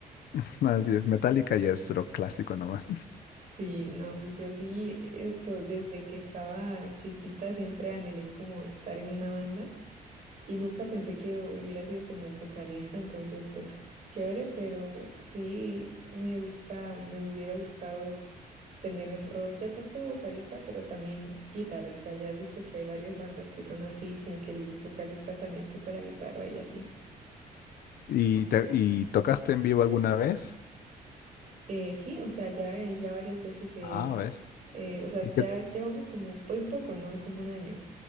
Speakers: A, on the left (about 80°); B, on the right (about 50°).
A: <laughs> Así es, Metallica y es rock clásico nomás.
B: Sí, no, pues yo sí, esto, desde que estaba chiquita siempre anhelé como estar en una banda. y nunca pensé que hubiera sido como vocalista, entonces pues chévere, pero sí me gusta, me hubiera gustado tener el rol de pronto vocalista, pero también guitarrista. Ya has visto que hay varias bandas que son así, como que el vocalista también toca la guitarra y así.
A: <laughs> ¿Y, te- y tocaste en vivo alguna vez?
B: Eh, sí, o sea, ya, eh, ya varias veces, eh,
A: Ah, ¿ves?
B: eh, o sea,
A: ¿Y
B: ya
A: qué,
B: llevamos como, pues poco, ¿no? Como un año,